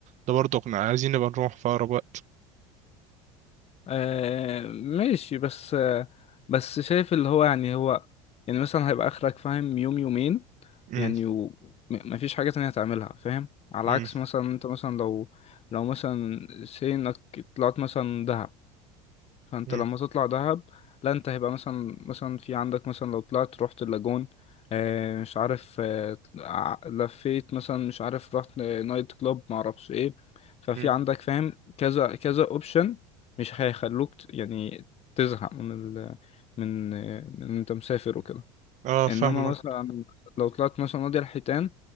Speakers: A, on the right; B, on the left.
A: ده برضو كنا عايزين نبقى نروح في أقرب وقت
B: آه، ماشي بس آه، بس شايف اللي هو يعني هو يعني مثلا هيبقى اخرك فاهم يوم يومين
A: مم،
B: يعني و... م- مفيش حاجة تانية هتعملها فاهم على
A: مم،
B: عكس مثلا انت مثلا لو لو مثلا سي انك طلعت مثلا دهب فانت
A: مم،
B: لما تطلع دهب لا انت هيبقى مثلا مثلا في عندك مثلا لو طلعت رحت اللاجون آه، مش عارف آه، ع- لفيت مثلا مش عارف رحت نايت كلوب معرفش ايه ففي
A: مم.
B: عندك فاهم كذا كذا اوبشن مش هيخلوك ت- يعني تزهق من ال من آه، من انت مسافر وكده
A: اه فاهمك
B: انما مثلا لو طلعت مثلا وادي الحيتان